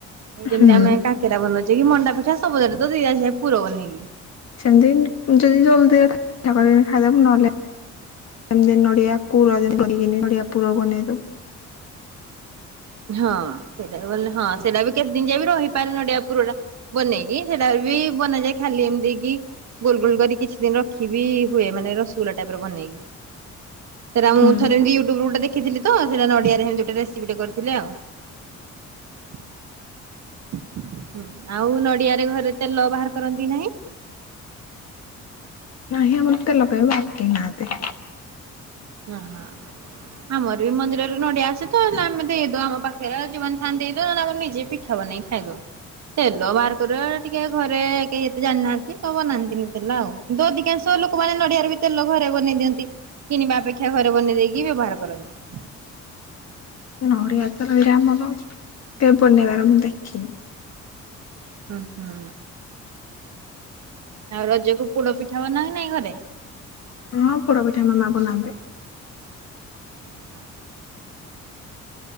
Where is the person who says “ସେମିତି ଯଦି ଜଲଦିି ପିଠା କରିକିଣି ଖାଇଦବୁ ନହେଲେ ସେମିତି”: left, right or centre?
Left